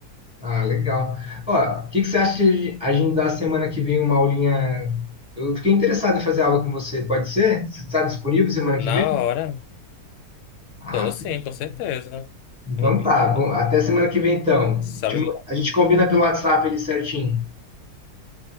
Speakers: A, in the centre; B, on the left.
A: Ah, legal. Ó, o que que você acha de a gente dar semana que vem uma aulinha? Eu fiquei interessado em fazer aula com você. Pode ser? Você está disponível semana que
B: Na
A: vem?
B: hora,
A: Ah,
B: tô sim, com certeza.
A: Então
B: <laughs>
A: tá, bom, até semana que vem então.
B: Sabe,
A: Te ma- A gente combina pelo WhatsApp ali certinho.